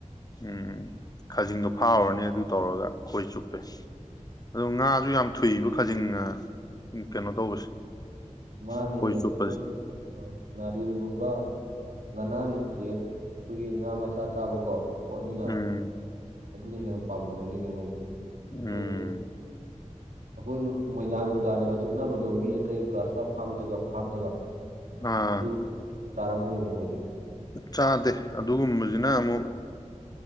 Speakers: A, on the left; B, on the right.
A: ꯎꯝ ꯈꯖꯤꯡꯗꯣ ꯐꯥꯎꯔꯨꯔꯅꯤ ꯑꯗꯨ ꯇꯧꯔꯒ ꯈꯣꯏ ꯆꯨꯞꯄꯦ꯫ ꯑꯗꯣ ꯉꯥꯁꯨ ꯌꯥꯝ ꯊꯨꯏꯕ ꯈꯖꯤꯡꯅ ꯀꯩꯅꯣ ꯇꯧꯕꯁꯦ꯫
B: ꯃꯥꯅꯤꯅꯦ
A: ꯈꯣꯏ ꯆꯨꯞꯄꯁꯦ
B: ꯃꯣꯏ ꯑ ꯉꯥꯔꯤꯜꯒꯨꯝꯕ ꯉꯅꯥꯟꯒꯨꯝꯕꯗꯤ ꯑꯩꯈꯣꯏꯒꯤ ꯉꯥ ꯃꯆꯥ ꯆꯥꯕꯀꯣ꯫ ꯄꯣꯠꯅꯤꯅ
A: ꯎꯝ
B: ꯑꯗꯨꯅ ꯍꯦꯟꯅ ꯄꯥꯝꯃꯝꯒꯅꯤꯅꯦ ꯃꯣꯏꯗꯤ
A: ꯎꯝ
B: ꯑꯇꯩꯒꯤꯁꯨ ꯑꯩꯈꯣꯏꯅ ꯃꯣꯏꯗꯥ ꯅꯨꯡꯗꯥꯅꯒ ꯆꯨꯞꯅꯕꯗꯣ ꯃꯤ ꯑꯇꯩ ꯒ꯭ꯂꯥꯁ ꯀꯥꯞ ꯐꯥꯕꯗꯒ ꯐꯥꯝꯗꯒ
A: ꯑꯥ
B: ꯑꯗꯨꯒ ꯆꯥꯔꯝꯃꯣꯏꯕ ꯃꯣꯏꯗꯤ
A: ꯆꯥꯗꯦ ꯑꯗꯨꯒꯨꯝꯕꯁꯤꯅ ꯑꯃꯨꯛ